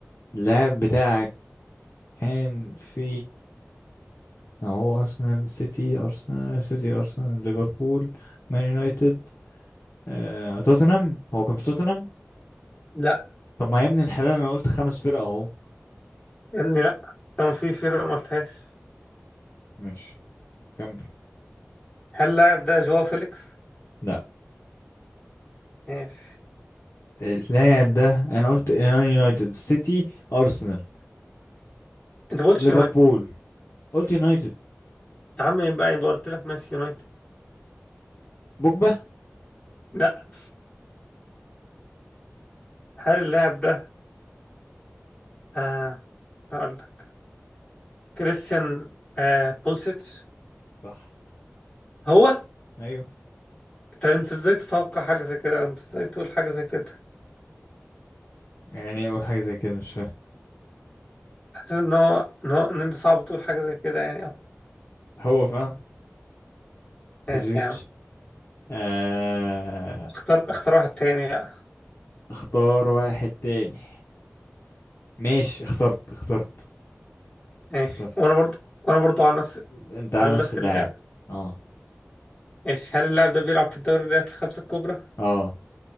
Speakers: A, on the left; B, on the left.
A: اللاعب بتاعك كان في ما هو أرسنال سيتي أرسنال سيتي أرسنال ليفربول مان يونايتد آه توتنهام هو كان في توتنهام
B: لا
A: طب ما يا ابن الحلال أنا قلت خمس فرق أهو
B: يا علمي لا كان في فرقة ما قلتهاش
A: ماشي كمل
B: هل اللاعب ده جواو فيليكس
A: لا
B: ماشي
A: اللاعب ده انا قلت إيران يونايتد سيتي ارسنال
B: انت ما قلتش
A: ليفربول
B: يونايتد
A: قلت يونايتد
B: يا عم يبقى يبقى قلت لك ماشي يونايتد
A: بوجبا
B: لا هل اللاعب ده آه هقول لك كريستيان آه بولسيتش
A: صح
B: هو
A: ايوه
B: طب انت ازاي تتوقع حاجة زي كده وانت ازاي تقول حاجة زي كده
A: يعني ايه اقول حاجه زي كده مش فاهم
B: حاسس ان هو ان هو ان انت صعب تقول حاجة زي كده يعني
A: هو فاهم بوليزيتش
B: ماشي يا عم
A: آه...
B: اختار اختار واحد تاني بقى
A: اختار واحد تاني ماشي اخترت اخترت
B: ماشي
A: اخترت
B: وانا برضو وانا برضو على نفس
A: انت
B: على
A: على نفس
B: نفس
A: اللاعب
B: اللعب
A: اه
B: ماشي هل اللاعب ده بيلعب في الدوريات الخمسة الكبرى
A: اه